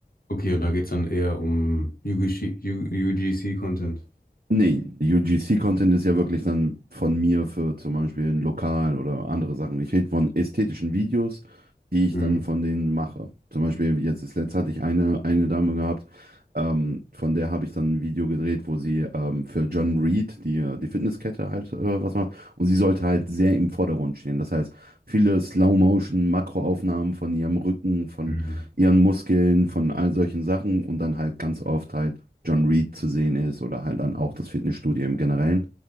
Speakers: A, on the left; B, on the right.
A: Okay, und da geht es dann eher um UGC, U- UGC Content.
B: Nee, UGC-Content ist ja wirklich dann von mir für zum Beispiel ein Lokal oder andere Sachen. Ich rede von ästhetischen Videos, die ich
A: Mhm.
B: dann von denen mache. Zum Beispiel jetzt das letzte hatte ich eine, eine Dame gehabt, ähm, von der habe ich dann ein Video gedreht, wo sie ähm, für John Reed, die, äh, die Fitnesskette halt äh, was macht. Und sie sollte halt sehr im Vordergrund stehen. Das heißt, viele Slow-Motion, Makroaufnahmen von ihrem Rücken, von
A: Mhm.
B: ihren Muskeln, von all solchen Sachen und dann halt ganz oft halt John Reed zu sehen ist oder halt dann auch das Fitnessstudio im Generellen.